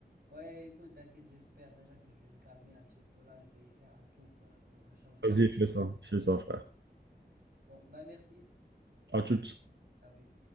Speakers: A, on the right; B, on the right.
A: Ouais, écoute, t'inquiète, j'espère déjà que je vais me calmer un petit peu là. Je vais faire un tour euh, pour me changer les
B: Vas-y,
A: idées.
B: fais ça, fais ça, frère.
A: Bon, bah merci.
B: À toutes.
A: Salut.